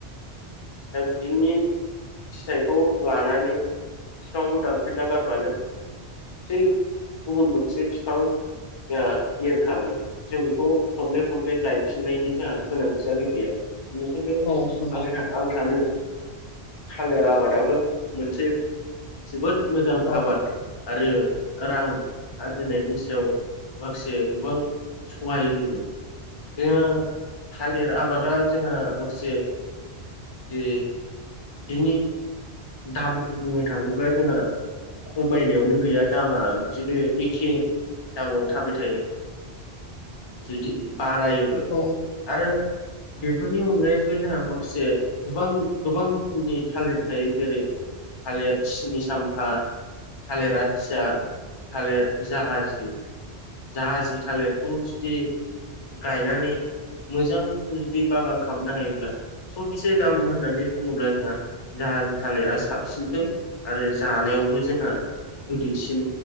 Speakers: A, on the left; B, on the left.
A: द दिनि फिथाइखौ लानानै बिफांखौ दानफेरना गारबानो साबसिन गुबुन मोनसे बिफां एरखागोन जों बेखौ खनले खनले गायफिननायनि जोंहा गोनांथियानो गैया बेस
B: औ नंगौ
A: आ आं सानो थालिर आबादाबो मोनसे जोबोद मोजां
B: औ
A: आबाद आरो रां आरजिनायनि सायाव माखासे गोबां सहाय होयो जोङो थालिर आबादा जोंहा माखासे जे बिनि दाबिखौ बुंनो थाङोब्ला जोंहा खमायनायावनो गैया दामा बिदिनो एखे दामावनो थाबाय थायो। बिदि बारायोबो
B: औ।
A: आरो बेफोरनि अनगायैबो जोंहा माखासे। गोबां गोबां रोखोमनि थालिर थायो जेरै थालिर सिनि सामफा थालिरा थायो थालिर जाहाजि जाहाजि थालिर। खौ जुदि गायनानै मोजां जुदि बागान खालामनो हायोब्ला। सबसे दाम होननानै बुङोब्ला जोंहा जाहाजि थालिरा साबसिनबो आरो जानायावबो जोंहा गोदैसिम